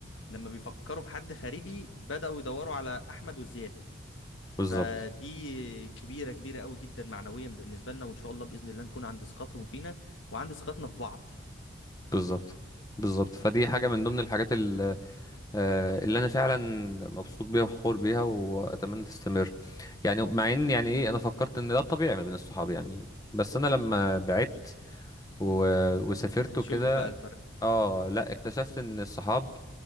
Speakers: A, on the left (about 75°); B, on the left (about 20°).
A: لما بيفكروا في حد خارجي بداوا يدوروا على احمد وزياد
B: بالظبط
A: فدي كبيرة كبيرة قوي جدا معنويا بالنسبة لنا وإن شاء الله بإذن الله نكون عند ثقتهم فينا وعند ثقتنا في بعض
B: بالظبط بالظبط فدي حاجه من ضمن الحاجات ال- آه، اللي انا فعلا مبسوط بيها وفخور بيها واتمنى تستمر يعني مع ان يعني ايه انا فكرت ان ده الطبيعي ما بين الصحاب يعني بس انا لما بعدت و... وسافرت
A: هتشوف
B: وكده
A: بقى الفرق
B: اه لا اكتشفت ان الصحاب